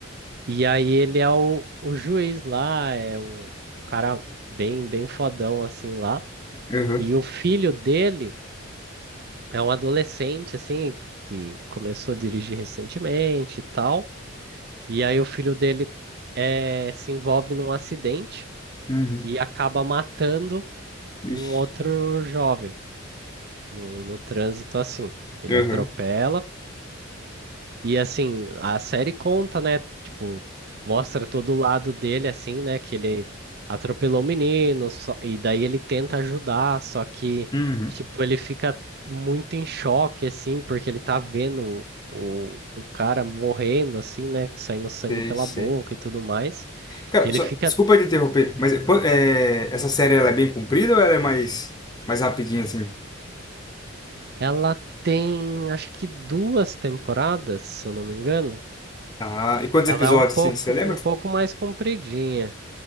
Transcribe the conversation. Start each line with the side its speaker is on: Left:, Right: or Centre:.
Right: E aí ele é o, o juiz lá, é o cara bem, bem fodão assim lá.
Left: Aham.
Right: E o filho dele é um adolescente assim, que começou a dirigir recentemente e tal. E aí o filho dele eh, se envolve num acidente
Left: Uhum.
Right: e acaba matando um
Left: Ixi.
Right: outro jovem no, no trânsito assim. Ele
Left: Aham.
Right: atropela, E assim, a série conta, né? Tipo, mostra todo o lado dele, assim, né? Que ele atropelou o menino, só- e daí ele tenta ajudar, só que,
Left: Uhum.
Right: tipo, ele fica muito em choque, assim, porque ele tá vendo o, o cara morrendo, assim, né? Saindo sangue
Left: Sei,
Right: pela
Left: sei.
Right: boca e tudo mais.
Left: Cara,
Right: Ele
Left: só,
Right: fica.
Left: desculpa te interromper, mas é, quan- é, essa série ela é bem comprida ou ela é mais, mais rapidinha, assim?
Right: Ela tem, acho que duas temporadas, se eu não me engano.
Left: Ah, e quantos
Right: Ela
Left: episódios,
Right: é um pouco,
Left: assim, você lembra?
Right: um pouco mais compridinha.